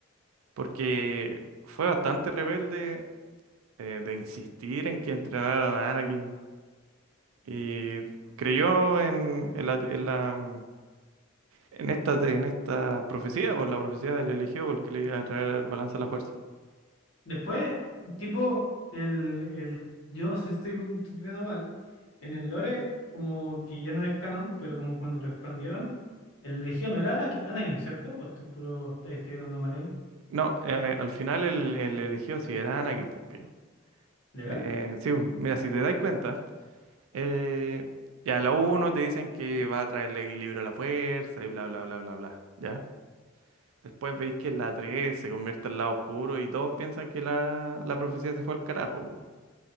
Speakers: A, on the right; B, on the left.
A: Porque fue bastante rebelde eh, de insistir en que entrenaran a Anakin y creyó en, en la, en la- en esta, en esta profecía, por la profecía del elegido, porque le iba a traer balance a la fuerza.
B: Después, tipo, el, el. Yo no sé si estoy, estoy viendo mal. En el lore, como que ya no es canon, pero como cuando lo expandieron, el Legión era Ana- Anakin, ¿cierto? ¿O estoy puro. Estoy, estoy hablando mal ahí?
A: No, eh, al final el, el elegido sí era Anakin, pues, pío.
B: ¿Legal?
A: Eh, sí, pues, mira, si te das cuenta, eh, ya la uno te dicen que va a traerle equilibrio a la fuerza y bla, bla, bla, bla, bla, ¿ya? Después veis que la 3 se convierte al lado oscuro y todos piensan que la, la profecía se fue al carajo. po.